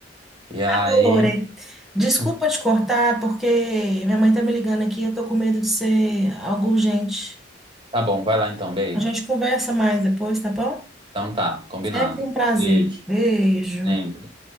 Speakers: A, on the right; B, in the centre.
A: E aí.
B: Lore, desculpa
A: Hum.
B: te cortar, porque minha mãe tá me ligando aqui, eu tô com medo de ser algo urgente.
A: Tá bom, vai lá então, Bey.
B: A gente conversa mais depois, tá bom?
A: Então tá, combinado.
B: Sempre um prazer.
A: Beijo,
B: Beijo.
A: sempre.